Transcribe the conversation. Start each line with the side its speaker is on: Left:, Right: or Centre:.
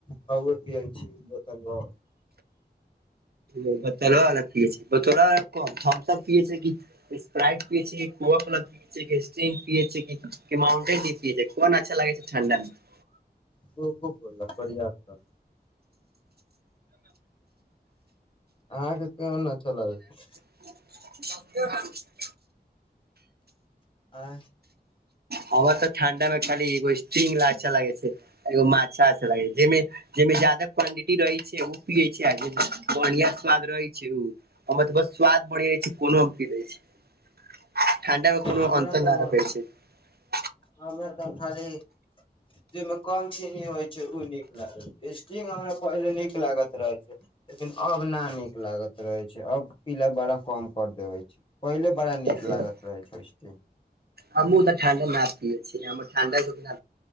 Left: कए पिय छी बतन <unintelligible>
Right: ओ बोतलो <unintelligible> अलग पीए छै बोतला अल कम थमथम पीए छै किी स्प्राइट पिए छीय कोआ फला स्टिंग पियउंटेन पिय छै कोन अच्छा लागे छै ठण्डा मे <unintelligible>
Left: को को को <unintelligible> लकड़ आ त अहाँके केहन अच्छा लागे
Right: कठ <unintelligible>
Left: आ <unintelligible>
Right: हमर त ठण्डा मे खाली एगो स्ट्रिंग अच्छा लागे छै एगो माजा अच्छा लागे छै जाहिमे जाहिमे जादा क्वांटिटी रहै छै ओ पिये छै आमे बढ़िया स्वाद रहे छै ओ <unintelligible> ओ तऽ ब स्वाद बढ़िया छै कोनो फील छै ठंडा मे कोनो
Left: हमरा
Right: अंतर
Left: तऽ
Right: न रख <unintelligible> <inaudible>
Left: हमरा खाली जामे कम चनी होइ छै नीक लागल छै। स्टींग हमरा पहिले नीक लागत रहै लेकिन अब न नीक लागत रहे छै अब पीलै बड़ा कम कर देवे छीये पहिले बड़ा
Right: छै
Left: नीक लागैत रहै छै
Right: हमहूँ त ठण्डा ना पी छियै ठण्डा के बिना